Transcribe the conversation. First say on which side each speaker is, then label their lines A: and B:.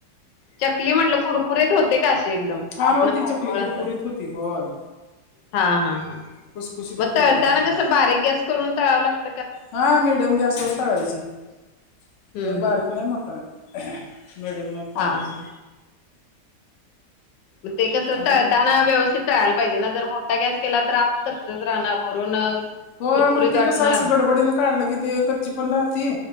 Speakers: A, on the left; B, on the left.
A: चकली म्हटलं कुरकुरीत होते का अशी एकदम.
B: छान
A: आतनं
B: होती
A: पोकळ
B: चकली कुरकुरीत
A: असं?
B: होती होय
A: हा हा हा
B: खुसखुशीत
A: मग
B: होती
A: तळताना
B: आणि चांगली.
A: कसं बारीक गॅस करून तळावं लागत.
B: हा मीडियम गॅसवर तळायची लई,
A: हं,
B: बारीक
A: हं.
B: नाही मोठा नाही मीडियम वर तळायची.
A: हां, हां. मग ते कसं
B: अजून
A: तळताना व्यवस्थित. तळायला पाहिजे नाही तर मोठा गॅस केला आत कच्च राहणार वरून
B: होय
A: कुरकुरीत
B: मग ती
A: वाटणार.
B: कसं असं गडबडीने काढलं की ते कच्ची पण राहती